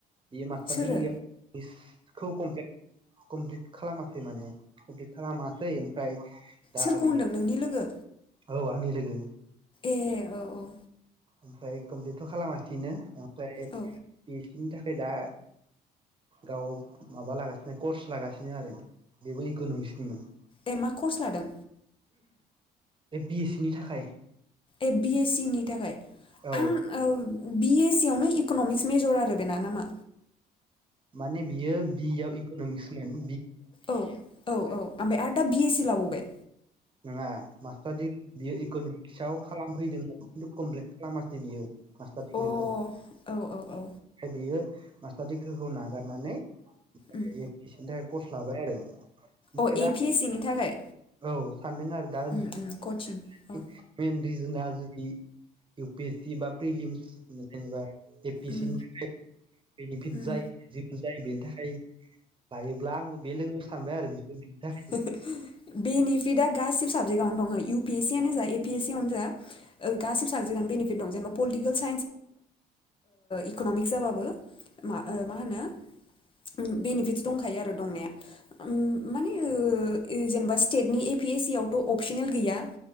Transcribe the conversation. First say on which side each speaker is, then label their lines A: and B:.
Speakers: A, on the right (about 30°); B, on the left (about 30°).
A: बे मास्टार
B: सोरो
A: दिग्रि <unintelligible> खौ कमफ्लेट कमप्लिट खालामासै माने कमफ्लेट खालामासै ओमफ्राय दा
B: सोरखौ
A: बे
B: होनदों नोंनि लोगो
A: औ आंनि लोगो
B: ए औ औ
A: ओमफ्राय कमप्लिटथ' खालामासैनो ओमफ्राय ए
B: औ
A: पि एस सिनि थाखाय दा गाव माबा लागासिनो कर्स लागासिनो आरो बेबो इक'न'मिक्सनिमोन
B: ए मा कर्स लादों
A: ए पि एस सिनि थाखाय
B: ए बि एस सि नि थाखाय
A: औ
B: आं औ बि ए सि आवनो इक'न'मिक्स मेजर आरो बेना नामा
A: माने बियो बिए आव इकनमिक्स मोन
B: औ औ औ ओमफ्राय आरो दा बि ए मिथि लाबावबाय
A: नङा मास्टार दिडिग्रि बियो इक'नमिक्सआव खालामफैदोंमोन खिन्थु कमप्लिट खालामासै बियो मास्टार दिडिग्रिखौ
B: अ
A: ओमफ्राय
B: औ औ औ
A: बियो मास्टार दिग्रिखौ नागारनानै <unintelligible>
B: उम
A: कर्स लाबाय आरो ओमफ्राय
B: अ
A: दा
B: ए पि एस सि नि थाखाय
A: औ सानदों आरो दा
B: उम उम कचिं
A: <unintelligible> <unintelligible>
B: अ
A: इउ पि एस सि बा प्रिलि जेनेबा ए प
B: उम
A: सिनि थाखाय बेनिफिट
B: उम
A: जायो जायो बेनि थाखाय लायोब्ला आंबो बे लोगोआव सानबाय आरो बिनि थाखायनो
B: <unintelligible> बेनिफिडआ गासिबो साबजेआवनो दं इउ पिएस आनो जा एएस सि आनो जा गासि साबजेक्टआनो बेनिफट दं जबा पटिकेल स इकनमि जाबो मा होनोनिफट दंखायो आरो दंनाया माने ओ जेनेबा स्टेटनि ए पि एस सि आवथ' अपसनेल गैया